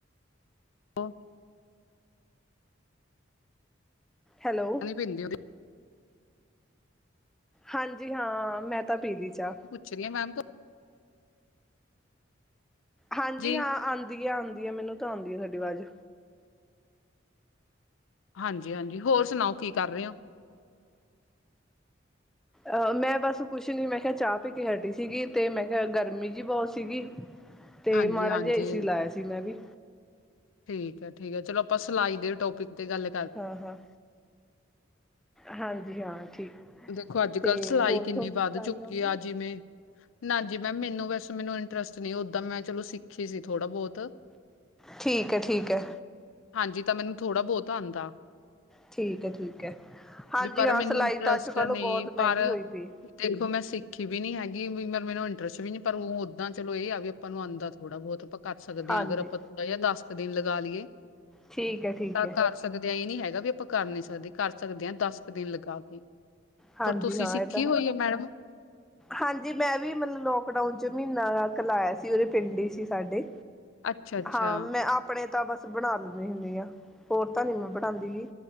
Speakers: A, on the left; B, in the centre.
A: ਹੋਰ
B: ਹੈਲੋ
A: ਬਿੰਦੋ ਦੀ
B: ਹਾਂਜੀ ਹਾਂ, ਮੈਂ ਤਾਂ ਪੀਲੀ ਚਾਹ।
A: ਚੀਆ ਮੈਮ ਤੋ
B: ਹਾਂਜੀ
A: ਜੀ,
B: ਹਾਂ, ਆਂਦੀ ਆ ਆਂਦੀ ਹੈ ਮੈਨੂੰ ਤਾਂ ਆਂਦੀ ਆ ਤਾੱਡੀ ਆਵਾਜ਼।
A: ਹਾਂਜੀ- ਹਾਂਜੀ, ਹੋਰ ਸੁਣਾਓ ਕੀ ਕਰ ਰੇ ਓ।
B: ਅਹ, ਮੈਂ ਬਸ ਕੁਛ ਨੀ ਮੈਂ ਕਿਹਾ ਚਾਹ ਪੀ ਕੇ ਹਟੀ ਸੀਗੀ, ਤੇ ਮੈਂ ਕਿਹਾ ਗਰਮੀ ਜਿ ਬਹੁਤ ਸੀਗੀ। ਤੇ
A: ਹਾਂਜੀ-ਹਾਂਜੀ।
B: ਮਾੜਾ ਜਿਆ, ਏ ਸੀ ਲਾਇਆ ਸੀ ਮੈਂ ਵੀ।
A: ਠੀਕ ਹੈ- ਠੀਕ ਹੈ, ਚਲੋ ਆਪਾਂ ਸਿਲਾਈ ਦੇ ਟੋਪਿਕ ਤੇ ਗੱਲ
B: ਹਾਂ- ਹਾਂ, ਹਾਂਜੀ ਹਾਂ ਠੀਕ
A: ਦੇਖੋ, ਅੱਜ- ਕੱਲ੍ਹ
B: ਤੇ
A: ਸਿਲਾਈ
B: ਹੋਰ
A: ਕਿੰਨੀ
B: ਤੁਹਾਨੂੰ
A: ਵੱਧ
B: ਸਿਲਾਈ
A: ਚੁੱਕੀ
B: ਆਉਂਦੀ
A: ਆ ਜਿਵੇਂ ਨਾਜੀ ਮੈਮ ਮੈਨੂੰ ਵੈਸੇ ਮੈਨੂੰ ਇੰਟਰਸਟ ਨਹੀਂ ਓਦਾਂ ਮੈਂ ਚਲੋ ਸਿੱ ਖੀ ਸੀ ਥੋੜਾ ਬੋਹਤ
B: ਠੀਕ ਹੈ ਠੀਕ ਹੈ
A: ਹਾਂਜੀ, ਤਾਂ ਮੈਨੂੰ ਥੋੜਾ ਬਹੁਤ ਆਉਂਦਾ ਆ,
B: ਠੀਕ ਹੈ- ਠੀਕ ਹੈ, ਹਾਂਜੀ
A: ਵੀ ਪਰ
B: ਹਾਂ
A: ਮੈਨੂੰ
B: ਸਿਲਾਈ
A: ਇੰਟਰਸਟ
B: ਤਾਂ ਅੱਜ- ਕੱਲ੍ਹ
A: ਨਹੀਂ
B: ਬਹੁਤ
A: ਪਰ
B: ਮਹਿੰਗੀ ਹੋਈ ਪਈ,
A: ਦੇਖੋ ਮੈਂ ਸਿੱਖੀ ਵੀ ਨੀ ਹੈਗੀ ਵੀ ਮ ਮੈਨੂੰ ਇੰਟਰਸਟ ਵੀ ਨੀ ਪਰ ਓਦਾਂ ਚਲੋ ਇਹ ਆ ਵੀ ਆਪਾਂ ਨੂੰ ਆਉਂਦਾ ਥੋੜਾ ਬਹੁਤ ਕਰ ਸਕਦੇ
B: ਹਾਂਜੀ
A: ਹਾਂ, ਅਗਰ ਆਪਾਂ ਤਾ ਜ ਦਸ ਕੁ ਦਿਨ ਲਗਾ, ਲਈਏ,
B: ਠੀਕ ਹੈ ਠੀਕ
A: ਤਾਂ
B: ਹੈ
A: ਕਰ ਸਕਦੇ ਹਾਂ, ਇਹ ਨੀ ਹੈਗਾ ਵੀ ਆਪਾਂ ਕਰ ਨੀ ਸਕਦੇ, ਕਰ ਸਕਦੇ ਹਾਂ ਦਸ ਕੁ ਦਿਨ ਲਗਾ ਕੇ
B: ਹਾਂਜੀ
A: ਹੋਰ ਤੁਸੀਂ
B: ਹਾਂ
A: ਸਿੱਖੀ
B: ਇਹ ਤਾਂ
A: ਹੋਈ ਹੈ ਮੈਡਮ,
B: ਹਾਂਜੀ ਮੈਂ ਵੀ ਮਤਲਬ ਲੋਕਡਾਊਨ 'ਚ ਮਹੀਨਾ ਕ ਲਾਇਆ ਸੀ ਉਹਦੇ ਪਿੰਡ ਹੀ ਸੀ ਸਾਡੇ,
A: ਅੱਛਾ ਅੱਛਾ
B: ਹਾਂ, ਮੈਂ ਆਪ, ਆਪਣੇ ਤਾਂ ਬਸ ਬਣਾ ਲੈਂਦੀ ਹੁੰਦੀ ਆ, ਹੋਰ ਤਾਂ ਨੀ ਮੈਂ ਬਣਾਉਂਦੀ ਗਈ